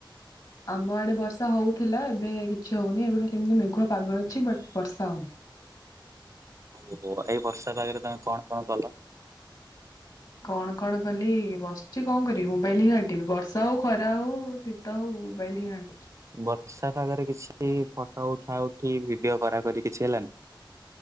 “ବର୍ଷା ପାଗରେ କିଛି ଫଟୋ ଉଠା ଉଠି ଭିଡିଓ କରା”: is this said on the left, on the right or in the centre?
Right